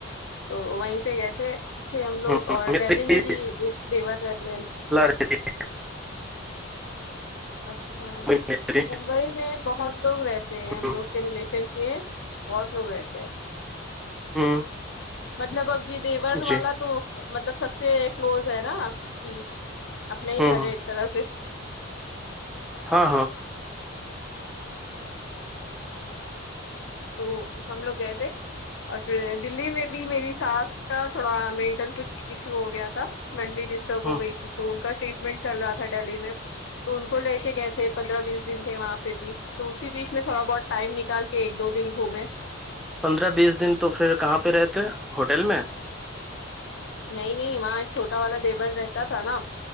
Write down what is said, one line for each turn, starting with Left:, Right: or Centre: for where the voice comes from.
Left: تو وہیں پہ گسے تھے ہم لوگ
Centre: ہوں،
Left: اور
Centre: میری
Left: دہلی میں بھی ایک دیور رہتے
Centre: س
Left: اچھا
Centre: میں رہتی
Left: دبئی میں بہت لوگ رہتے ہیں ہم
Centre: ہے۔
Left: لوگ کے ریلیشن کے بہت لوگ رہتے ہیں
Centre: ہوں،
Left: <inaudible> مطلب اب یہ دیور
Centre: ہوں، جی
Left: والا تو مطلب سب سے کلوز ہے نا کہ اپنے
Centre: ہوں
Left: ہی گھر
Centre: ہوں
Left: ایک طرح سے
Centre: ہاں ہاں
Left: تو ہم لوگ گئے تھے اور پھر دلی میں بھی میری سس کا تھوڑا مینٹل کچھ ایشو ہو گیا تھا مینٹلی ڈسٹرب
Centre: ہاں
Left: ہو گئی تھی تو ان کا ٹریٹمنٹ چل رہا تھا ڈیلی میں تو ان کو لے کے گئے تھے پندرہ بیس دن تھے وہاں پہ بھی تو اسی بیچ میں تھوڑا بہت ٹائم نکال کے ایک دو دن گھومے
Centre: پندرہ بیس دن تو پھر کہاں پہ رہتے ہوٹل میں
Left: نہیں نہیں وہاں ایک چھوٹا والا دیور رہتا تھا نا